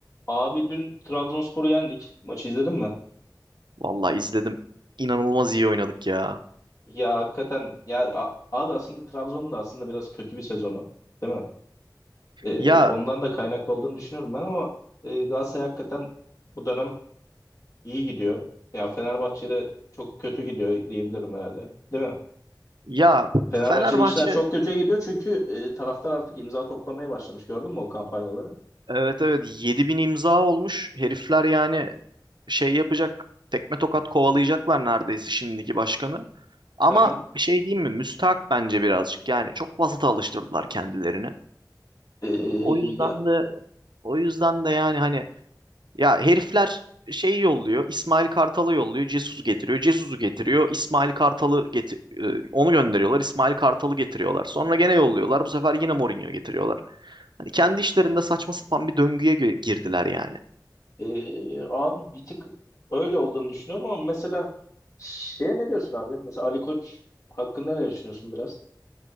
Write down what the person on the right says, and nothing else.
Vallahi izledim. İnanılmaz iyi oynadık ya.
Ya
ya
Fenerbahçe
evet evet 7000 imza olmuş. Herifler yani şey yapacak. Tekme tokat kovalayacaklar neredeyse şimdiki başkanı. Ama
bir şey diyeyim mi? Müstahak bence birazcık. Yani çok vasata alıştırdılar kendilerini. Ee,
O yüzden
de o yüzden de yani hani Ya herifler şeyi yolluyor. İsmail Kartal'ı yolluyor. Jesus getiriyor. Jesus'u getiriyor. İsmail Kartal'ı getir e, onu gönderiyorlar. İsmail Kartal'ı getiriyorlar. Sonra gene yolluyorlar. Bu sefer yine Mourinho getiriyorlar. Hani kendi işlerinde saçma sapan bir döngüye gö- girdiler yani.